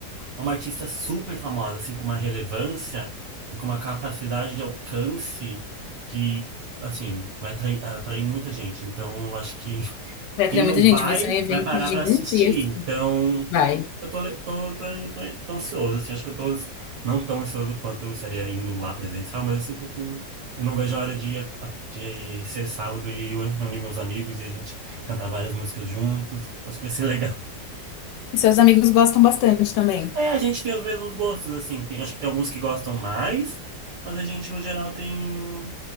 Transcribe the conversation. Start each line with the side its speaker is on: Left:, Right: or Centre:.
Right: é uma artista super famosa, assim, com uma relevância e com uma capacidade de alcance que, assim, vai atrair, atrair muita gente. Então, eu acho que <laughs>
Left: Vai
Right: quem
Left: ter muita
Right: não
Left: gente,
Right: vai,
Left: vai ser um evento
Right: vai parar
Left: gigantesco.
Right: para assistir. Então,
Left: Vai.
Right: eu tô, le- tô, tô, tô, tô ansioso, assim, acho que eu tô ans- não tão ansioso quanto eu estaria indo lá presencial, mas, assim, tô com... Eu não vejo a hora de, a- a- de ser sábado e eu reunir meus amigos e a gente cantar várias músicas juntos. Acho que vai ser <laughs> legal.
Left: E seus amigos gostam bastante também.
Right: É, a gente tem os mesmos gostos, assim. Tem, acho que tem alguns que gostam mais, mas a gente, no geral, tem,